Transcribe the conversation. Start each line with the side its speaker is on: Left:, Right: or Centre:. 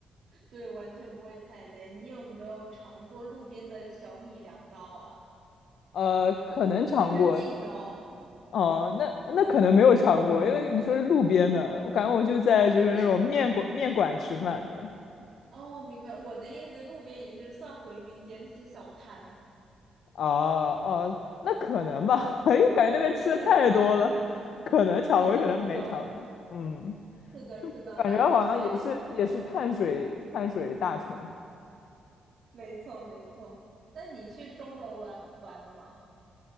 Right: 对，完全不会踩雷。你有没有尝过路边的小米凉糕啊？
Left: 呃，可能尝过，
Right: 就是净糕。
Left: 哦，那那可能没有尝过，因为你说是路边的，我感觉我就在就是那种面馆面馆吃饭的。
Right: 嗯，哦，明白。我的意思，路边也是算回民街那些小摊，
Left: 哦哦，那可能吧，<laughs> 因为我感觉那边吃的太多了，
Right: 可能吧？<laughs>
Left: 可能尝过，
Right: 是的，
Left: 也可能没尝过。
Right: 是的，
Left: 嗯，
Right: 是的，是的。
Left: 感觉好像也是也是碳水碳水大城，
Right: 那你去，嗯，没错，没错。那你去钟楼玩玩了吗？